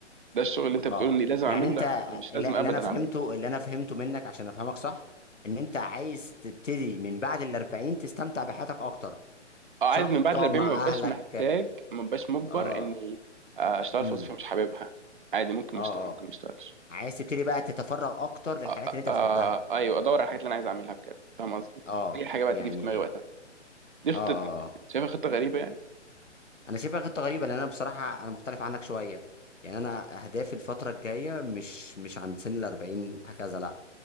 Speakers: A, on the right; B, on the left.
A: ده الشغل اللي انت
B: اه
A: بتقول اني لازم اعمله
B: يعني انت
A: لا أنا مش
B: اللي
A: لازم ابدا
B: اللي انا فهمته
A: اعمله
B: اللي انا فهمته منك عشان افهمك صح ان انت عايز تبتدي من بعد الأربعين تستمتع بحياتك اكتر
A: اه
B: صح
A: عايز من بعد
B: تقعد
A: الأربعين
B: مع
A: ما ببقاش
B: اهلك
A: محتاج ما ببقاش مجبر
B: اه
A: إني آه، أشتغل
B: امم
A: في وظيفة مش حاببها عادي ممكن
B: اه
A: ما أشتغل ممكن
B: آه.
A: ما أشتغلش
B: عايز تبتدي بقى تتفرغ اكتر للحاجات
A: آه آه
B: اللي انت بتحبها
A: آه، أيوه أدور على الحاجات اللي أنا عايز أعملها بجد فاهم قصدي؟
B: اه
A: أي حاجة بقى
B: يعني
A: تيجي في دماغي وقتها دي خطتي
B: اه اه آه.
A: شايفها خطة غريبة يعني؟
B: انا شايفها خطه غريبه لان انا بصراحه انا مختلف عنك شويه يعني انا اهدافي الفتره الجايه مش مش عند سن ال 40 هكذا لا